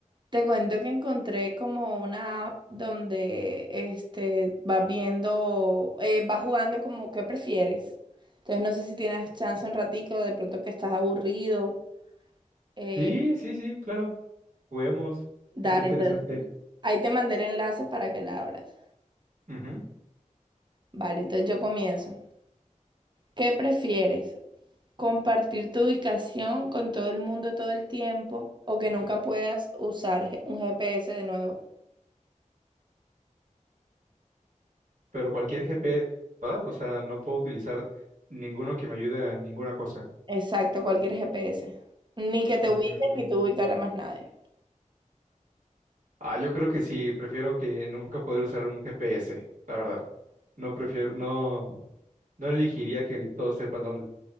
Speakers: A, on the right (about 35°); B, on the right (about 75°).
A: te cuento que encontré como una app donde este, vas viendo, eh, vas jugando como qué prefieres. Entonces no sé si tienes chance un ratico, de pronto que estás aburrido. eh,
B: Sí, sí, sí, claro. Juguemos.
A: dale,
B: Está interesante.
A: entonces ahí te mandé el enlace para que la abras.
B: Ujú.
A: Vale, entonces yo comienzo. ¿Qué prefieres? compartir tu ubicación con todo el mundo todo el tiempo o que nunca puedas usar G- un GPS de nuevo.
B: Pero cualquier GPS, ¿verdad? O sea, no puedo utilizar ninguno que me ayude a ninguna cosa.
A: Exacto, cualquier GPS. Ni que te
B: Mm,
A: ubiquen ni tú ubicar a más nadie.
B: Ah, yo creo que sí. Prefiero que nunca poder usar un GPS, la verdad. No prefiero, no. No elegiría que todos sepan dónde